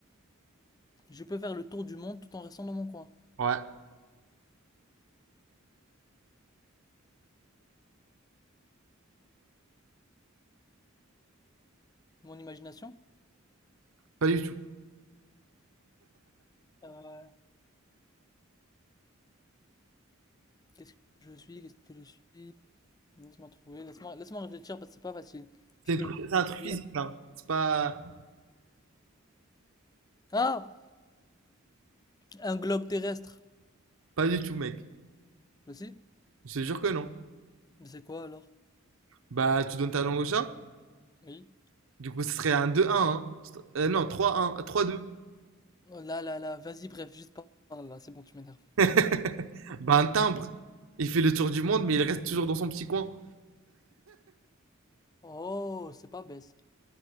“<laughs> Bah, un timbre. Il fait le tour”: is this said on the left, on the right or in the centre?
Right